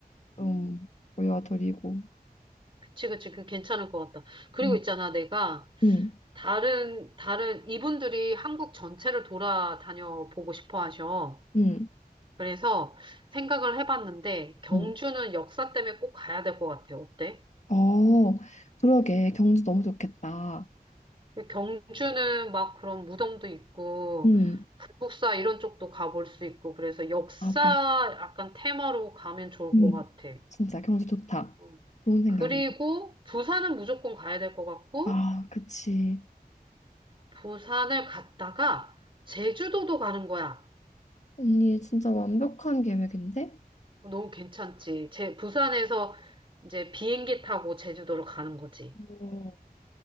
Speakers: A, on the left (about 45°); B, on the right (about 30°).
A: 좀 보여드리고.
B: 그치, 그치, 그 괜찮을 것 같다. 그리고
A: 음,
B: 있잖아, 내가
A: 음,
B: 다른, 다른, 이분들이 한국 전체를 돌아다녀 보고 싶어 하셔.
A: 음,
B: 그래서 생각을 해봤는데, 경주는
A: 음.
B: 역사 때문에 꼭 가야 될 것 같아. 어때?
A: 어, 그러게. 경주 너무 좋겠다.
B: 경주는 막 그런 무덤도 있고,
A: 음,
B: 불국사 이런 쪽도 가볼 수 있고, 그래서 역사
A: 나도.
B: 약간 테마로 가면 좋을
A: 음,
B: 것 같아.
A: 진짜 경주 좋다.
B: 어.
A: 좋은 생각이네.
B: 그리고 부산은 무조건 가야 될 것 같고,
A: 아, 그치.
B: 부산을 갔다가 제주도도 가는 거야.
A: 언니 진짜 완벽한 계획인데?
B: 너무 괜찮지. 제, 부산에서 이제 비행기 타고 제주도를 가는 거지.
A: 오,